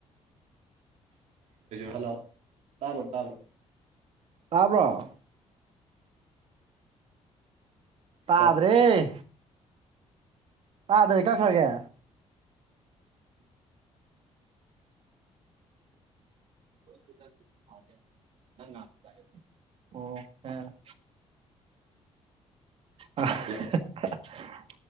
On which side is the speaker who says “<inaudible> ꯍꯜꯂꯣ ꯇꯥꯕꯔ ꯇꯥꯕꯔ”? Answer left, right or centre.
Right